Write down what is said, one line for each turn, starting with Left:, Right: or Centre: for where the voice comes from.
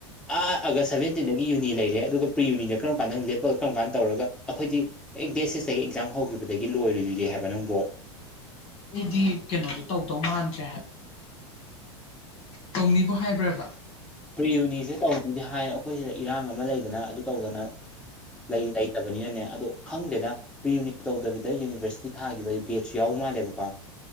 Centre: ꯑꯥ ꯑꯥꯒꯁ ꯁꯚꯦꯟꯇꯤꯟꯗꯒꯤ ꯌꯨꯅꯤ ꯂꯩꯔꯦ ꯑꯗꯨꯒ ꯄ꯭ꯔꯤ ꯌꯨꯅꯤꯗ ꯀꯔꯝ ꯀꯥꯟꯗ ꯂꯦꯞ ꯀꯔꯝ ꯀꯥꯟꯅ ꯇꯧꯔꯒ ꯑꯩꯈꯣꯏꯗꯤ ꯑꯦ ꯗꯦꯠ ꯁꯤꯁꯇꯒꯤ ꯑꯦꯛꯖꯥꯝ ꯍꯧꯈꯤꯕꯗꯒꯤ ꯂꯣꯏꯔꯨꯗꯤ ꯍꯥꯏꯕ ꯅꯪꯕꯨ
Left: ꯑꯩꯗꯤ ꯀꯩꯅꯣ ꯑꯗꯨ ꯇꯧꯗꯧ ꯃꯥꯟꯗ꯭ꯔꯦ ꯍꯥꯏꯕ ꯇꯧꯅꯤꯕꯨ ꯍꯥꯏꯕ꯭ꯔꯕ
Centre: ꯄ꯭ꯔꯤꯌꯨꯅꯤꯁꯦ ꯇꯧꯅꯤꯗꯤ ꯍꯥꯏ ꯑꯩꯈꯣꯏꯁꯤꯗ ꯏꯔꯥꯡ ꯑꯃ ꯂꯩꯗꯅ ꯑꯗꯨ ꯇꯧꯗꯅ ꯂꯩ ꯂꯩꯇꯕꯅꯤꯅꯅꯦ ꯑꯗꯣ ꯈꯪꯗꯦꯗ ꯄ꯭ꯔꯤꯌꯨꯅꯤꯠ ꯇꯧꯗꯕꯤꯗ ꯌꯨꯅꯤꯚꯔꯁꯤꯇꯤ ꯊꯥꯈꯤꯕ ꯕꯦꯠꯁꯨ ꯌꯥꯎꯕ ꯃꯥꯜꯂꯦꯕꯀꯣ